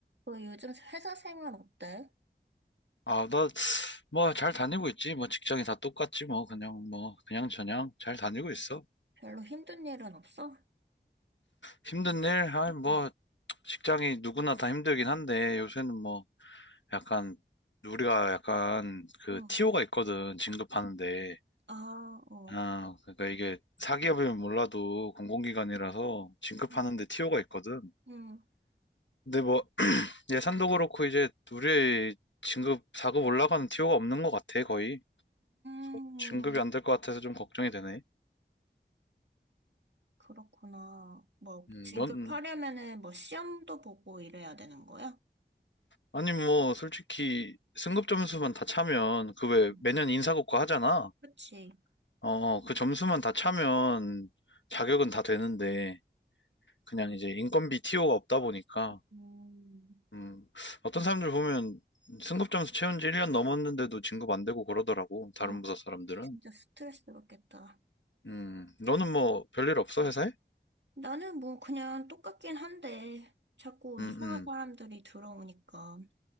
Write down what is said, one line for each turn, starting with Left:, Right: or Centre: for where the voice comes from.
Right: 너 요즘 회사 생활 어때?
Left: 아, 나, 뭐, 잘 다니고 있지. 뭐, 직장이 다 똑같지. 뭐, 그냥, 뭐, 그냥 저냥 잘 다니고 있어.
Right: 별로 힘든 일은 없어?
Left: 힘든 일? 아, 뭐,
Right: 응,
Left: 직장이 누구나 다 힘들긴 한데, 요새는 뭐, 약간, 우리가 약간, 그,
Right: 응.
Left: TO가 있거든. 진급하는데.
Right: 아, 어.
Left: 아, 그러니까 이게, 사기업이면 몰라도 공공기관이라서 진급하는데
Right: 음.
Left: TO가 있거든.
Right: 응.
Left: 근데 뭐, <clears throat> 예산도 그렇고, 이제, 우리 진급, 4급 올라가는 TO가 없는 것 같아, 거의. 그래서
Right: 음,
Left: 진급이 안 될 것 같아서 좀 걱정이 되네.
Right: 그렇구나. 뭐,
Left: 음,
Right: 진급하려면은
Left: 넌,
Right: 뭐 시험도 보고 이래야 되는 거야?
Left: 아니, 뭐, 솔직히, 승급 점수만 다 차면, 그 왜,
Right: 응,
Left: 매년 인사고과 하잖아?
Right: 그치.
Left: 어, 어, 그 점수만 다 차면, 자격은 다 되는데, 그냥 이제 인건비 TO가 없다 보니까,
Right: 음.
Left: 음, 어떤 사람들 보면, 승급 점수 채운 지 1년 넘었는데도 진급 안 되고 그러더라고, 다른
Right: 아,
Left: 부서 사람들은.
Right: 진짜 스트레스 받겠다.
Left: 음, 너는 뭐, 별일 없어, 회사에?
Right: 나는 뭐 그냥 똑같긴 한데, 자꾸
Left: 음,
Right: 이상한
Left: 음.
Right: 사람들이 들어오니까.